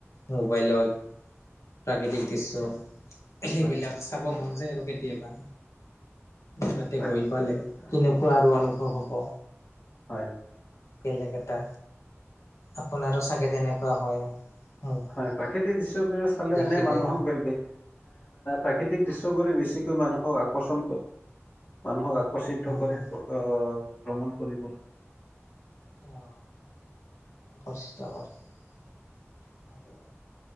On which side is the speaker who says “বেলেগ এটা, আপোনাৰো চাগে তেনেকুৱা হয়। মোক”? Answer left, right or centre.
Left